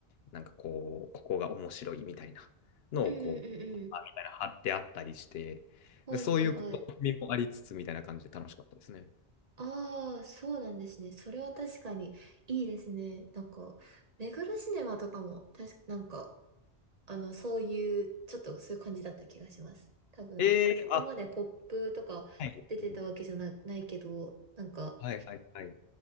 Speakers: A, on the left; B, on the right.
A: なんかこう、ここが面白いみたいなのをこう、
B: うんうんうんうん。
A: あみたいな貼ってあったりして、
B: はいはいはい。
A: で、そういうこう意味もありつつみたいな感じで楽しかったですね。
B: ああ、そうなんですね。それは確かにいいですね。なんか、目黒シネマとかも、たし、なんか、あの、そういう、ちょっとそういう感じだった気がします。多分、
A: えー、
B: そこまでポップとか出てたわけじゃな、
A: あ、はいですね。
B: ないけど、なんか、
A: はいはいはい。